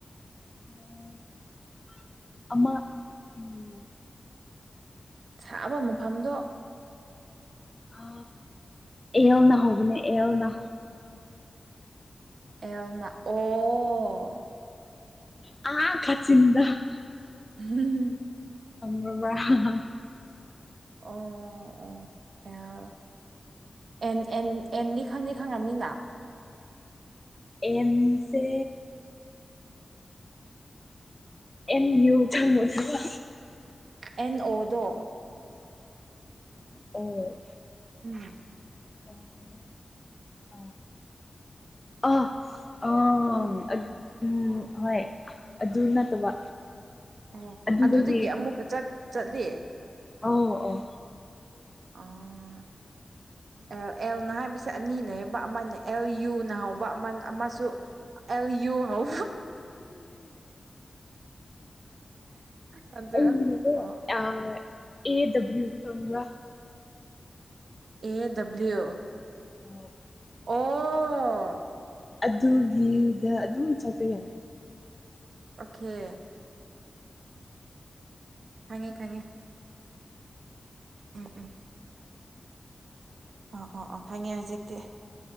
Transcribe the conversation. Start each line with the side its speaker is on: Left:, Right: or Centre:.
Left: <unintelligible> ꯑꯃ ꯎꯝ
Right: ꯁꯛꯑꯕ ꯃꯐꯝꯗꯣ
Left: ꯑ ꯑꯦꯜꯅ ꯍꯧꯕꯅꯦ ꯑꯦꯜꯅ
Right: ꯑꯦꯜꯅ ꯑꯣ
Left: <unintelligible> ꯆꯤꯟꯗ
Right: ꯎꯝ
Left: <unintelligible>
Right: ꯑꯣ ꯑꯣ ꯑꯦꯜ ꯑꯦꯟ ꯑꯦꯟ ꯑꯦꯟꯗꯤ ꯈꯪꯗꯤ ꯈꯪꯉꯕꯅꯤꯅ
Left: ꯑꯦꯝꯁꯦ ꯑꯦꯟ ꯌꯨ ꯆꯪꯕꯗꯕ
Right: ꯑꯦꯟ ꯑꯣꯗꯣ
Left: ꯑꯣ
Right: ꯎꯝ
Left: <unintelligible> ꯑ
Right: ꯑ
Left: ꯑꯣ ꯎꯝ ꯍꯣꯏ ꯑꯗꯨ ꯅꯠꯇꯕ
Right: ꯑꯣ
Left: ꯑꯗꯨꯗꯒꯤ
Right: ꯑꯃꯨꯛꯀ ꯆꯠ ꯆꯠꯂꯤ
Left: ꯑꯧ ꯑꯧ <unintelligible>
Right: ꯑꯣ ꯑꯦꯜ ꯑꯦꯜꯅ ꯍꯥꯏꯕꯁꯦ ꯑꯅꯤ ꯂꯩꯌꯦꯕ ꯑꯃꯅ ꯑꯦꯜ ꯌꯨꯅ ꯍꯧꯕ ꯑꯃ ꯑꯃꯁꯨ ꯑꯦꯜ ꯌꯨ ꯍꯥꯎ ꯑꯗꯨ
Left: ꯎꯝ ꯑꯩꯒꯤ
Right: ꯑꯣ
Left: ꯑ ꯑꯦ ꯗꯕ꯭ꯂꯤꯎ ꯈꯪꯕ꯭ꯔ
Right: ꯑꯦ ꯗꯕ꯭ꯂꯤꯎ
Left: ꯑꯣ
Right: ꯑꯣ
Left: ꯑꯗꯨꯒꯤꯗ ꯑꯗꯨꯝ ꯆꯠꯄ ꯌꯥ
Right: ꯑꯣꯀꯦ ꯈꯪꯉꯦ ꯈꯪꯉꯦ ꯎꯝ ꯎꯝ ꯑꯣ ꯑꯣ ꯑꯣ ꯈꯪꯉꯦ ꯍꯧꯖꯤꯛꯇꯤ